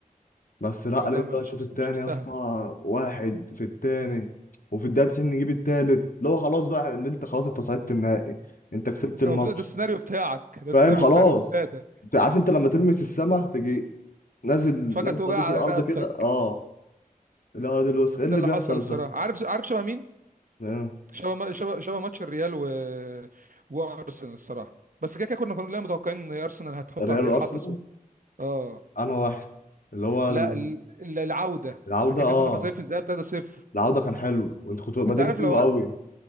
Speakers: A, on the left (about 70°); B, on the right (about 65°).
A: بس لا
B: والله
A: لقيت
B: ما-
A: بقى الشوط
B: مش
A: التاني
B: مش مستاهله
A: يا اسطى واحد في التاني وفي الدقيقه 90 نجيب التالت اللي هو خلاص بقى إحنا- انت خلاص انت صعدت النهائي انت كسبت
B: انت كان
A: الماتش
B: المفروض ده السيناريو بتاعك ده
A: فاهم
B: السيناريو
A: خلاص
B: بتاع ريمونتادا
A: انت عارف انت لما تلمس السما تجي نازل
B: فجاه
A: نازله
B: توجع
A: بيك
B: على
A: الارض
B: رقبتك
A: كده اه اللي هو ده الوسخ ايه اللي
B: ده اللي
A: بيحصل
B: حصل الصراحه
A: ده
B: عارف عارف شبه مين
A: فاهم؟
B: شبه ما- شبه شبه ماتش الريال و... وارسنال الصراحه بس كده كده كنا كلنا متوقعين ان ارسنال هتحط
A: الريال
B: على الريال
A: وارسنال
B: حتى سود اه
A: انا واحد اللي هو
B: لا
A: ال-
B: ال- ال- العوده
A: العوده
B: ما كده
A: اه
B: كده كنا خسرانين في الذهاب 3-0
A: العودة كان حلو وانتوا كنتوا بادئين
B: انت عارف
A: حلو
B: لو
A: قوي ما